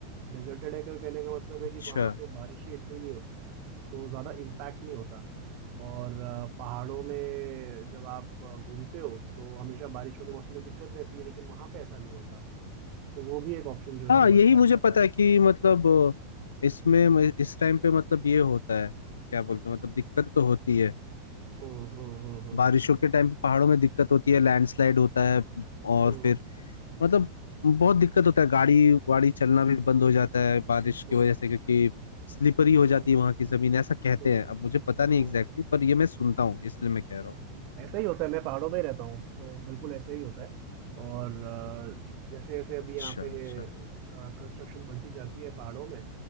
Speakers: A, on the right (about 50°); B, on the left (about 80°).
A: डेज़र्टेड है क्यों कहने का मतलब है
B: अच्छा
A: कि वहाँ पे बारिशें इतनी नहीं होती, तो ज़्यादा इम्पैक्ट नहीं होता और अ, पहाड़ों में जब आप अ, घूमते हो, तो हमेशा बारिशों के मौसम में दिक्कत रहती है, लेकिन वहाँ पे ऐसा नहीं होता। तो वो भी एक ऑप्शन जो है
B: हाँ
A: वो
B: यही
A: अच्छा रहता
B: मुझे
A: है बारिशों
B: पता है कि
A: में।
B: मतलब इसमें इस टाइम पे मतलब ये होता है क्या बोलते हैं मतलब दिक्कत तो होती है
A: हुँ, हुँ, हुँ, हुँ।
B: बारिशों के टाइम पे पहाड़ों में दिक्कत होती है लैंडस्लाइड होता है और
A: हुँ,
B: फिर मतलब बहुत दिक्कत होता है गाड़ी वाड़ी चलना भी बंद हो जाता है बारिश
A: हुँ,
B: की वजह से क्योंकि स्लिपरी हो
A: हुँ,
B: जाती है वहां की जमीन ऐसा कहते
A: हुँ,
B: हैं अब मुझे पता नहीं
A: हुँ।
B: एग्जैक्टली पर ये मैं सुनता हूँ इसलिए मैं कह रहा हूँ
A: ऐसा ही होता है, मैं पहाड़ों में ही रहता हूँ, तो बिल्कुल ऐसा ही होता है और जैसे-जैसे अभी
B: अच्छा
A: यहाँ पे
B: अच्छा
A: अ, कंस्ट्रक्शन बढ़ती जाती है पहाड़ों में,